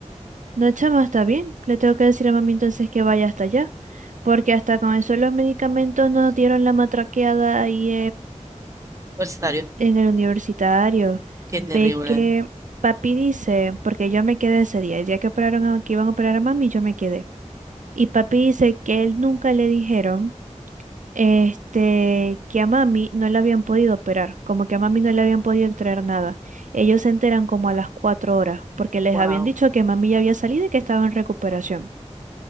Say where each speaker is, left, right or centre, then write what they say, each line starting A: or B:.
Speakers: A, on the right (about 85°); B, on the right (about 25°).
A: No, chama, está bien. Le tengo que decir a mami entonces que vaya hasta allá. Porque hasta con eso los medicamentos nos dieron la matraqueada ahí
B: Universitario.
A: en el universitario,
B: Qué terrible.
A: ve que papi dice, porque yo me quedé ese día, el día que operaron a, que iban a operar a mami, yo me quedé. Y papi dice que él nunca le dijeron, este, que a mami no le habían podido operar, como que a mami no le habían podido extraer nada. Ellos se enteran como a las cuatro horas, porque les
B: Wow,
A: habían dicho que mami ya había salido y que estaba en recuperación.